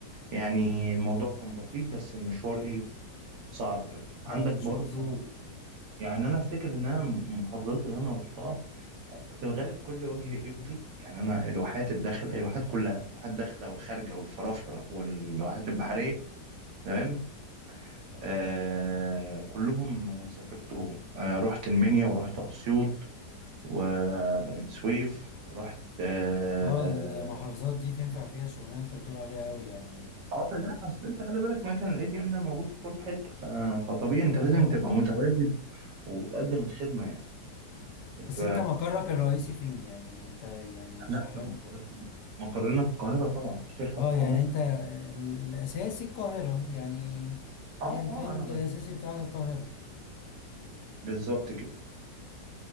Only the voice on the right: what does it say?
يعني الموضوع كان بسيط بس المشوار إيه صعب أوي عندك
برضو
يعني أنا أفتكر إن أنا المحافظات اللي أنا رحتها في الغالب كل وجه قبلي يعني انا الواحات الداخل الواحات كلها الواحات الداخله والخارجه والفرافره والواحات البحريه تمام آه كلهم سافرتهم آه رحت المنيا ورحت اسيوط وبني سويف ورحت اه
آه، لا اصل انت خلي بالك مكان الاي تي ام ده موجود في كل حته ف- فطبيعي انت
لازم
تبقى متواجد وبتقدم الخدمه يعني
ف
لا
احنا مقر- مقرنا في القاهره طبعا الشركه
في القاهره
اه
اه
انا
بالظبط كده